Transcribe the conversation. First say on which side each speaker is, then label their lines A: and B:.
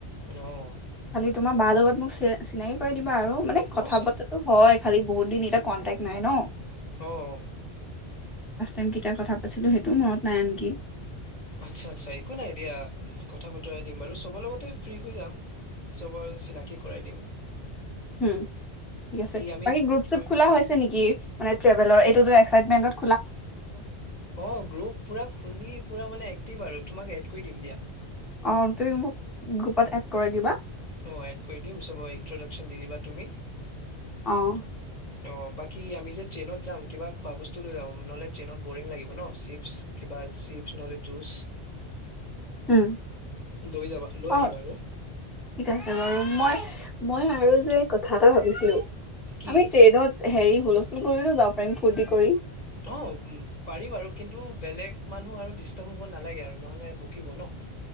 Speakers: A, on the left; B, in the centre.
A: অ'হ
B: খালি তোমাৰ বা লগত মোক চ চিনাকি কৰাই দিম বাৰ মানে কথা
A: অ চ
B: বতৰাটো হয়। খালি বহুত দিন এতি কণ্টেক্ নাই ন।
A: অহ
B: আমি কতিয়া কথা পাতিছিলো সেইটোও মনত নাই আনকি
A: আচ্ছা- আচ্ছা একো নাই দিয়া কথা বতৰাই দিম বাৰু চবৰ লগতে ফ্ৰী হৈ যাম চবকে চিনাকি কৰাই দিম।
B: হম ঠিক আছে
A: আমি
B: বাকী গ্ৰুপ চুপ
A: আম-
B: খোলা হৈছে নেকি মানে ট্ৰেভেলৰ সেটোৱে এক্সিত্মেণ্টত
A: অ গ্ৰুপ পুৰা খুলি পুৰা মানে দিম বাৰু তোমাক এড কৰি দিম দিয়া।
B: অ', তুমি মোক গ্ৰুপত এড কৰাই দিবা?
A: অ এড কৰি দিমব ইন্ট্ৰডাকচন দি দিবা তুমি।
B: অহ
A: অ বাকী আমি যে ট্ৰেইনত যাম কিবা খোৱা বস্তু লৈ যাম নহলে ট্ৰেইনত বৰিং লাগিব ন চিপচ কিবা চিপছ নহলে জুচ।
B: উম,
A: লৈ যাবা লৈ
B: অ',
A: আহিবা আৰু
B: ঠিক আছে মই মই আৰু যে কথা এটা ভাবিছিলো
A: কি
B: আমি ট্ৰেইনত হেৰি হুলস্থুল কৰিলেও যাব পাৰিম ফূৰ্তি কৰি
A: অ পাৰি বাৰু কিন্তু বেলেগ মানুহ আৰু ডিষ্টাৰ্ব হ'ব নালাগে আৰু নহ'লে বকিব ন